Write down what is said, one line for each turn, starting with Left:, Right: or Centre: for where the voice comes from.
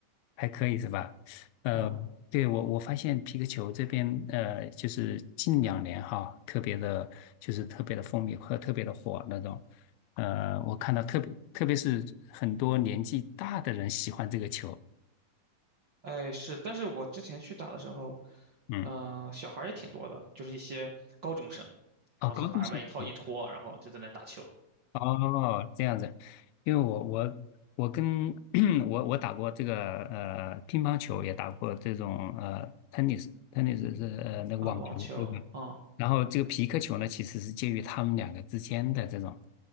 Left: 还可以是吧？呃，
Right: 嗯，
Left: 对，我我发现皮克球这边，呃，就是近两年哈，特别的，就是特别的风靡和特别的火那种。呃，我看到特别，特别是很多年纪大的人喜欢这个球。
Right: 哎是，但是我之前去打的时候，
Left: 嗯，
Right: 嗯、小孩儿也挺多的，就是一些高中生，然后他们把外套一脱，
Left: 哦，高中生，嗯
Right: 然后就在那儿打球
Left: 哦，这样子，因为我我我跟 <clears throat> 我我打过这个呃乒乓球，也打过这种呃 tennis tennis 是呃那个网球吧。
Right: 啊，网球，嗯，
Left: 然后这个皮克球呢，其实是介于他们两个之间的这种，